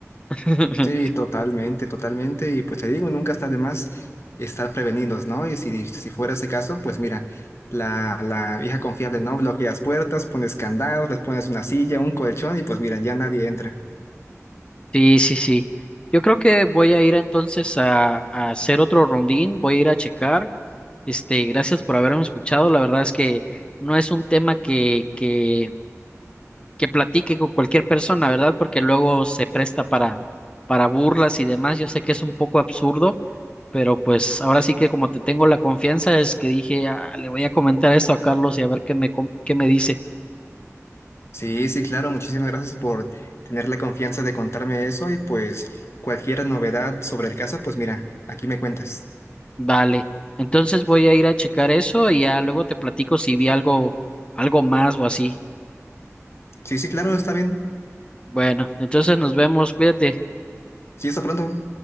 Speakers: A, on the left (about 20°); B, on the left (about 55°).
A: <laughs>
B: Sí, totalmente, totalmente. Y pues te digo, nunca está de más estar prevenidos, ¿no? Y si, si fuera ese caso, pues mira, la, la vieja confiable, ¿no? Bloqueas puertas, pones candados, les pones una silla, un colchón y pues mira, ya nadie entra.
A: Sí, sí, sí. Yo creo que voy a ir entonces a, a hacer otro rondín, voy a ir a checar. Este, gracias por haberme escuchado. La verdad es que no es un tema que, que, que platique con cualquier persona, ¿verdad? Porque luego se presta para, para burlas y demás. Yo sé que es un poco absurdo pero pues ahora sí que como te tengo la confianza es que dije, "Ah, le voy a comentar esto a Carlos y a ver qué me, com- qué me dice.
B: Sí, sí, claro, muchísimas gracias por tener la confianza de contarme eso y pues cualquier novedad sobre el caso, pues mira, aquí me cuentas.
A: Vale, entonces voy a ir a checar eso y ya luego te platico si vi algo, algo más o así.
B: Sí, sí, claro, está bien.
A: Bueno, entonces nos vemos, cuídate.
B: Sí, hasta pronto.